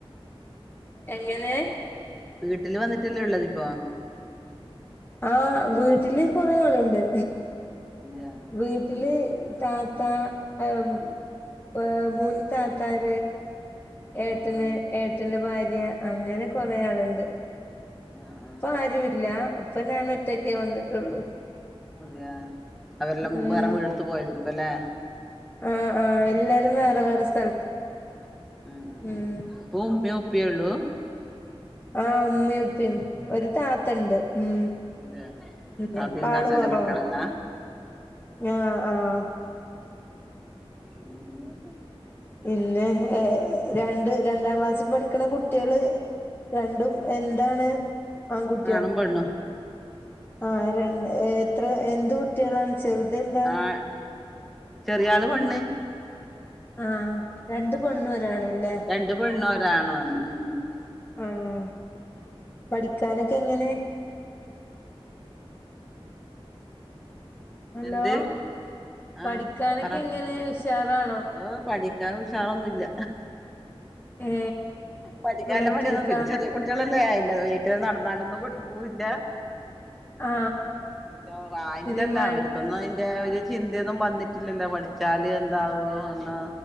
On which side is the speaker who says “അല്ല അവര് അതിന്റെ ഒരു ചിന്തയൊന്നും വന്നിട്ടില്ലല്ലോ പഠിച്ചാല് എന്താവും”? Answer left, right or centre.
Centre